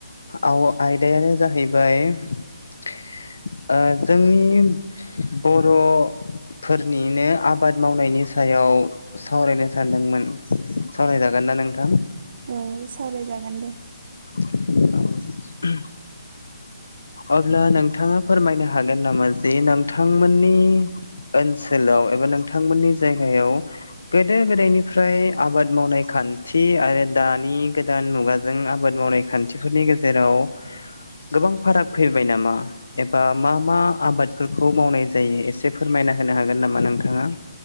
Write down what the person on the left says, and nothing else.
आव आयदायानो जाहैबाय ओ जोंनि बर'फोरनिनो आबाद मावनायनि सायाव सावरायनो सानदोंमोन सावरायजागोन ना नोंथां
औ <unintelligible> अब्ला नोंथाङा फोरमायनो हागोन नामा जे नोंथांमोननि ओनसोलाव एबा नोंथांमोननि जायगायाव गोदो गोदायनिफ्राय आबाद मावनाय खान्थि आरो दानि गोदान मुगाजों आबाद मावनाय खान्थिफोरनि गेजेराव गोबां फाराग फैबाय नामा एबा मा मा आबादफोरखौ मावनाय जायो एसे फोरमायना होनो हागोन नामा नोंथाङा